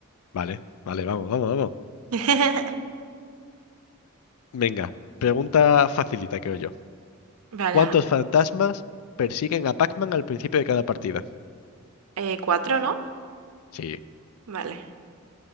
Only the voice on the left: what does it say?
Vale, vale, vamos, vamos, vamos.
Venga, pregunta facilita, creo yo.
¿Cuántos fantasmas persiguen a Pac-Man al principio de cada partida?
Sí,